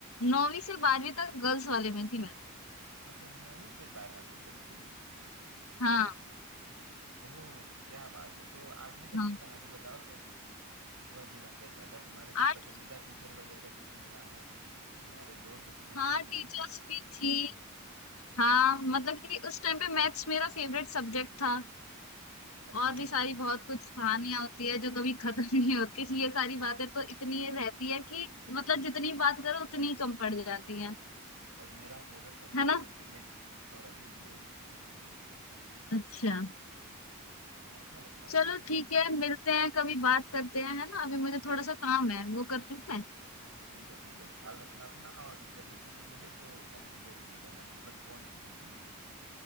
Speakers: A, on the left; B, on the right.
A: नौवीं से बारहवीं तक गर्ल्स वाले में थी मैं
B: अच्छा नवीं से बारहवीं तक थी
A: हाँ
B: ओह क्या बात है तो आठवीं तक
A: हाँ
B: की कहानी बताओ कैसी थी वह जीवन कैसा था तुम्हारे कुछ
A: आठवीं
B: पसंदीदा टीचर वगैरह जो तुम्हें याद है तुम्हारे दोस्त जो तुम्हें
A: हाँ
B: अभी
A: टीचर्स
B: भी
A: भी थी
B: हम्म,
A: हाँ मतलब कि उस टाइम पे मैथ्स मेरा फेवरेट सब्जेक्ट था
B: अच्छा
A: और
B: वो
A: भी सारी बहुत कुछ कहानियां होती है जो कभी खत्म <laughs> नहीं होती ये सारी बातें तो इतनी ये रहती है कि मतलब जितनी बात करो उतनी कम पड़ जाती है
B: और मेरा फेवरेट सब्जेक्ट
A: है ना
B: था फिजिक्स और अभी भी है
A: अच्छा
B: अच्छा लगता है
A: चलो
B: पढ़ना
A: ठीक है मिलते हैं कभी बात करते हैं है ना अभी मुझे थोड़ा सा काम है वो कर लूँ मैं
B: ठीक है ठीक है ख्याल रखना अपना और जब भी समय मिले तो घंटी जरूर बजाना मतलब फोन की घंटी